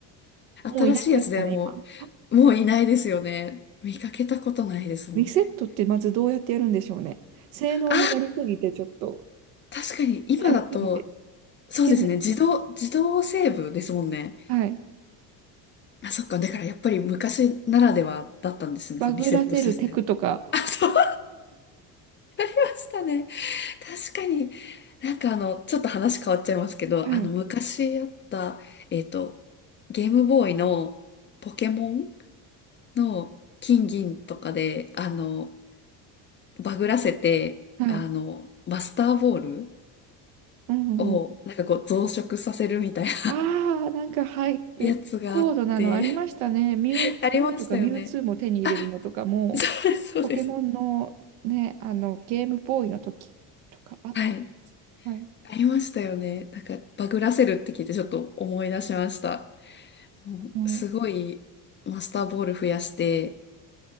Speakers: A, on the right; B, on the left.
A: もういないですかね、
B: 新しいやつではも
A: 今。
B: う、もういないですよね。見かけたことないですもんね。
A: リセットってまずどうやってやるんでしょうね。性能になりすぎて、
B: あ、
A: ちょっと、
B: 確かに今だと、
A: なりすぎて、
B: そうですね、
A: 危険
B: 自動、自動セーブですもんね。
A: はい。
B: あ、そっか、だからやっぱり昔ならではだったんですね、
A: バグらせるテクとか。
B: そのリセットシステム。あ、そうでしたね。確かに、なんかあの、ちょっと話変わっちゃいますけど、
A: はい。
B: あの、昔あった、えっと、ゲームボーイのポケモンの金銀とかで、あの、バグらせて、
A: はい。
B: あの、マスターボール
A: うんうん。
B: を、なんかこう増殖させるみたいな
A: ああ、なんか、はい。
B: やつがあって、
A: 高度なのありましたね。ミュウ、
B: ありましたよね。
A: ミュウとかミュウツーも手に入れるのとかも、
B: あ、そうです、そうです。
A: ポケモンのね、あの、ゲームボーイの時とかあったりする。
B: はい。
A: はい。
B: ありましたよね。なんか、バグらせるって聞いてちょっと思い出しました。もうすごい、
A: はい
B: マスターボール増やして、